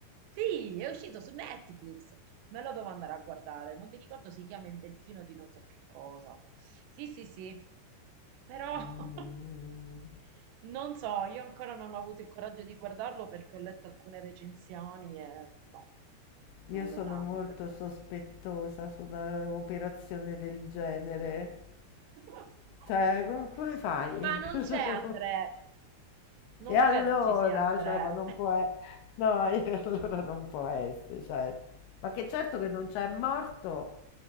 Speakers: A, on the right; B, on the left.
A: Sì, è uscito su Netflix. Me lo devo andare a guardare. Non mi ricordo si chiama Il Delfino di non so che cosa. Sì, sì, sì. Però
B: Mm,
A: <laughs> non so, io ancora non ho avuto il coraggio di guardarlo perché ho letto alcune recensioni e no, non
B: io sono
A: lo danno
B: molto
A: per boh.
B: sospettosa su un'operazione del genere.
A: <laughs>
B: Cioè, com- come fai?
A: Ma non
B: <laughs>
A: c'è Andrea. Non
B: E allora,
A: credo ci sia Andrea.
B: cioè, ma non
A: <laughs>
B: può e no, <laughs> e allora non può esse cioè, ma che certo che non c'è morto,